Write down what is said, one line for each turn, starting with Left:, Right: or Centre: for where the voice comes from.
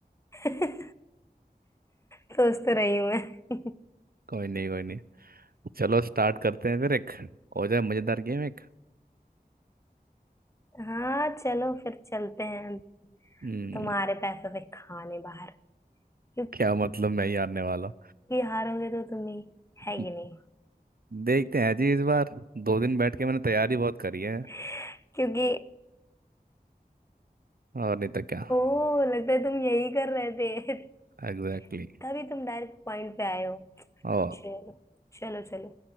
Left: <laughs> सोच तो रही हूँ मैं
Right: कोई नहीं कोई नहीं चलो स्टार्ट करते हैं फिर एक हो जाए मज़ेदार गेम एक
Left: हाँ चलो फिर चलते हैं
Right: हम्म,
Left: तुम्हारे पैसों से खाने बाहर क्योंकि
Right: क्या मतलब मैं ही हारने वाला
Left: हारोगे तो तुम ही है
Right: हूँ
Left: कि नहीं
Right: देखते हैं जी इस बार दो दिन बैठ के मैंने तैयारी बहुत करी है
Left: <laughs> क्योंकि
Right: और नहीं तो क्या
Left: ओह लगता है तुम यही कर रहे थे <laughs>
Right: एग्जैक्टली
Left: तभी तुम डायरेक्ट पॉइंट पे आए हो
Right: और
Left: चलो चलो चलो